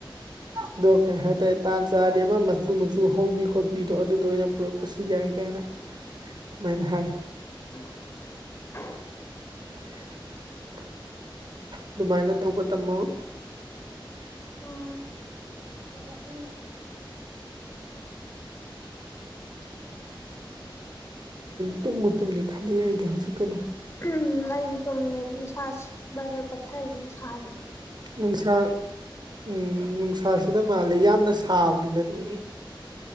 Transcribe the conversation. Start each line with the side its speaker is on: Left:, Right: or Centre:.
Right: ꯑꯗꯣ ꯀꯩ ꯍꯥꯏꯇꯥꯔꯦ ꯇꯥꯟ ꯆꯥꯔꯦ ꯑꯃ ꯃꯆꯨ ꯃꯆꯨ ꯍꯧꯕꯤ ꯈꯣꯠꯄꯤꯗꯣ ꯑꯗꯨꯗꯣ ꯑꯣꯏꯅ ꯄꯨꯔꯛꯄꯁꯨ ꯌꯥꯏ ꯀꯥꯏꯅ ꯑꯗꯨꯃꯥꯏꯅ ꯍꯥꯏ
Left: <unintelligible>
Right: <unintelligible> ꯑꯗꯨꯃꯥꯏꯅ ꯇꯧꯕ ꯇꯝꯃꯣ
Left: ꯎꯝ
Right: <unintelligible> ꯇꯒꯨꯇꯨꯝꯅꯤ ꯈꯜꯂꯤ ꯑꯩꯗꯤ ꯍꯧꯖꯤꯛꯇ ꯑꯗꯨꯝ
Left: ꯎꯝ ꯑꯩꯁꯨꯦ ꯇꯨꯝꯅꯤꯡ ꯏꯁꯥꯥꯁ ꯚꯔ ꯄꯠꯊꯩ ꯑꯗꯨꯝ ꯁꯥꯔꯤ
Right: ꯅꯨꯡꯁꯥ ꯎꯝ ꯅꯨꯡꯁꯥꯁꯤ ꯁꯤꯅ ꯃꯥꯜꯜꯂꯤꯦ ꯌꯥꯝꯅ ꯁꯥꯕꯗꯤ ꯅꯠꯇꯦ